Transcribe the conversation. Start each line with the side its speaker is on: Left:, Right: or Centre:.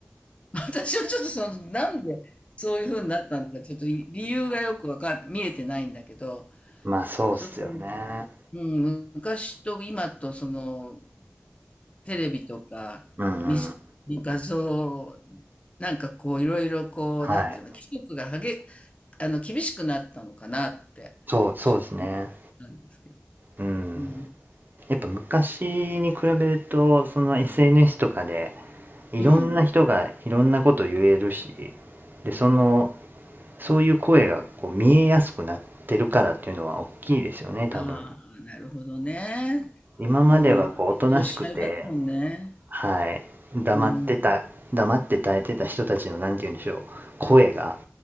Left: 私はちょっとその、なんでそういう風になったのか、ちょっと理理由がよくわかん見えてないんだけど、
Right: まあそうっすよね。
Left: そのうん、昔と今とそのテレビとか見せ画像
Right: うんうん。
Left: なんかこういろいろこうなんていうの規則がはげ
Right: はい。
Left: あの厳しくなったのかなってちょっと思ったんですけど。
Right: そう、そうですね。うん。
Left: うん。
Right: やっぱ昔に比べると、その SNS とかで、いろんな人がいろんなこと言えるし、
Left: うん。
Right: で、その、そういう声がこう見えやすくなってるからっていうのは大きいですよね、多分。
Left: ああ、なるほどね。
Right: 今まではこうおとなしくて、
Left: うん。緊張しちゃいますもんね。
Right: はい、黙ってた、
Left: うん。
Right: 黙って耐えてた人たちの、なんて言うんでしょう、声が、